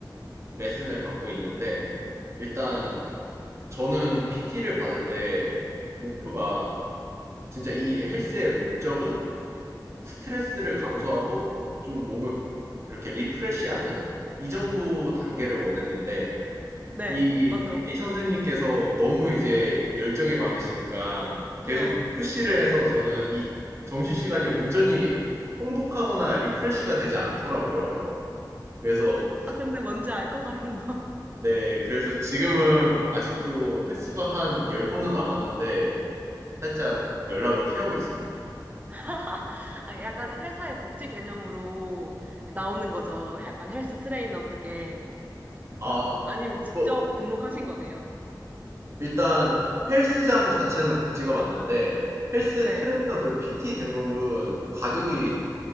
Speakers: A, on the right; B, on the right.
A: 레슨을 받고 있는데 일단 저는 PT를 받을 때 목표가 진짜 이 헬스의 목적은 스트레스를 감소하고 좀 몸을 이렇게 리프레시하는 이 정도 단계를 원했는데
B: 네,
A: 이
B: 맞아요.
A: PT 선생님께서 너무 이제 열정이 많으시니까
B: 네.
A: 계속 푸시를 해서 저는 이 점심시간이 온전히 행복하거나 리프레시가 되지 않더라고요. 그래서
B: 아, 근데 뭔지 알 것 같아요.
A: 네, 그래서 지금은 아직도 횟수가 한 10번은 남았는데 살짝 연락을 피하고 있습니다.
B: <laughs> 아, 약간 회사의 복지 개념으로 나오는 거죠. 약간 헬스 트레이너 그게.
A: 아,
B: 아니면 직접
A: 뭐,
B: 등록하신 거세요?
A: 일단 헬스장 자체는 복지가 맞는데 헬스
B: 네.
A: 트레이너 그 PT 등록은 가격이